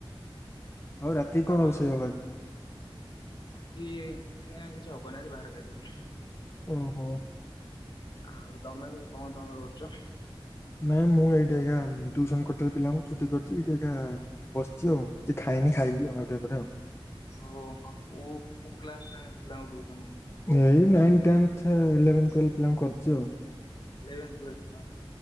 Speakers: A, on the left; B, on the left.
A: ଆଉ ରାତି
B: ତମେ
A: କଣ ରୋଷେଇ ହବ ଆଜି?
B: ଆଜି ଦେଖିଆ କିଛି ହବନି ଆଜି ବାହାରେ ଖାଇଦୋବୁ।
A: ଓ ହୋ।
B: ଆଉ ତମେ କଣ ତମେ କରୁଚ?
A: ନାଇଁ ମୁଁ ଏଇଠି ଆଜ୍ଞା ଟ୍ୟୁସନ କରିଥିଲି ପିଲାଙ୍କୁ ଛୁଟି କରିଚି। ଏଇଠି ଆଜ୍ଞା ବସଚି ଆଉ। କିଛି ଖାଇନି ଖାଇବି ଆଉ ଟିକେ ପରେ ଆଉ।
B: ଓହୋ କୋଉ କୋଉ କ୍ଲାସ ଯାଏ ପିଲାଙ୍କୁ ଟ୍ୟି
A: ଏଇ ନାଇନ୍, ଟେନଥ୍, ଇଲେଭେନ୍ ଟୁଏଲଭ୍ ପିଲାଙ୍କୁ କରୁଚି ଆଉ।
B: ଇଲେଭେ, ଟୁଏଲଭ୍ ପିଲା